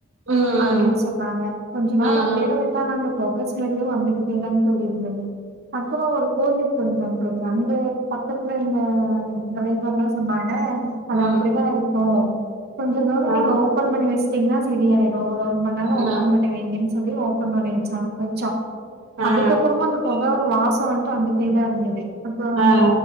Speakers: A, on the right; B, on the right.
A: ம் ம்
B: அப்டின்னு சொன்னாங்க கொஞ்சோ
A: ம்
B: நாளா அப்டே தா விட்டானா பொக ஸ்மெல்லு வந்துகிட்டேதா தோழி இருந்தது அப்பறோ ஒரு கோல்க்கு தழந்த தோழி அங்க பக்கத்துல இந்த டிரைவர்ல்லா சொன்னாங்க அது
A: ம்
B: அப்டிதா இருக்கு கொஞ்சோ தூரோ
A: ஆ
B: நீங்க
A: ஆ
B: ஓபன் பண்ணி வச்ட்டிங்கன்னா சரியாயிரு ஒரு ஒரு மணி நேரோ
A: ஆ
B: ஓபன் பண்ணுவீங்கன்னு சொல்லி ஓபன் பண்ணி வச்சா வச்சோ
A: ஆ
B: அதுக்கப்பறமா
A: ஆ ஆ
B: அந்த பொக வாசோ வந்து வந்துட்டே தா இருந்தது அப்போ அந்த
A: ஆ